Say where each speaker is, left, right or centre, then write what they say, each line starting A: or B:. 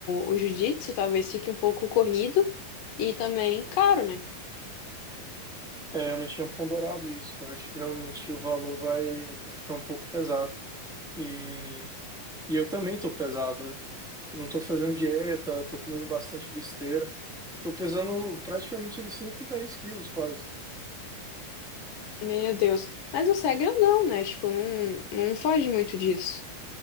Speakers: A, on the left; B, in the centre.
A: o jiu-jitsu talvez fique um pouco corrido e também caro, né?
B: É, eu não tinha ponderado isso. Eu acho que realmente o valor vai, vai ficar um pouco pesado. E, e eu também tô pesado, né? Eu não tô fazendo dieta, tô comendo bastante besteira. Tô pesando praticamente ele 110 quilos quase.
A: Meu Deus. Mas você é grandão, né? Tipo, não, não foge muito disso.